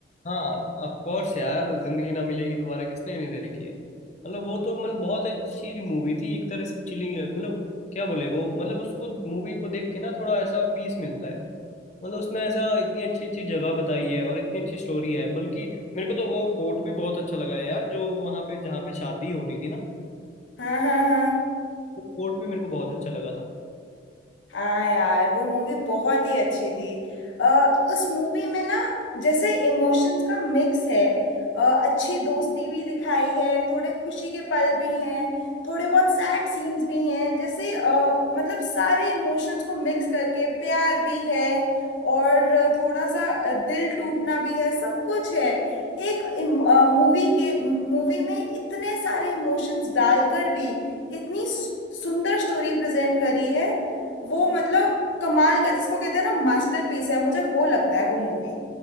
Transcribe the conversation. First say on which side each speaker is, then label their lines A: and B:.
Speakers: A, on the left (about 40°); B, on the left (about 85°).
A: हाँ ऑफ कोर्स यार जिंदगी ना मिलेगी दोबारा किसने नहीं देखी है मतलब वो तो मतलब बहुत अच्छी मूवी थी एक तरह से चिलिंग मतलब क्या बोले वो मतलब उसको मूवी को देख के ना थोड़ा ऐसा पीस मिलता है मतलब उसमें ऐसा इतनी अच्छी अच्छी जगह बताई है और इतनी अच्छी स्टोरी है बल्कि मेरे को तो वो फोर्ट भी बहुत अच्छा लगा है यार जो वहाँ पे जहाँ पे शादी हो रही थी ना
B: हाँ हाँ हाँ
A: वो फोर्ट भी मेरे को बहुत अच्छा लगा था
B: हाँ यार वो मूवी बहुत ही अच्छी थी आ, उस मूवी में ना जैसे इमोशंस का मिक्स है अ, अच्छी दोस्ती भी दिखाई है थोड़े खुशी के पल भी हैं थोड़े बहुत सैड सीन्स भी हैं जैसे अ, मतलब सारे इमोशंस को मिक्स करके प्यार भी है और थोड़ा सा अ, दिल टूटना भी है सब कुछ है एक मूवी के मूवी में इतने सारे इमोशंस डालकर भी इतनी सु- सुंदर स्टोरी प्रेजेंट करी है वो मतलब कमाल का जिसको कहते हैं ना मास्टरपीस है मुझे वो लगता है वो मूवी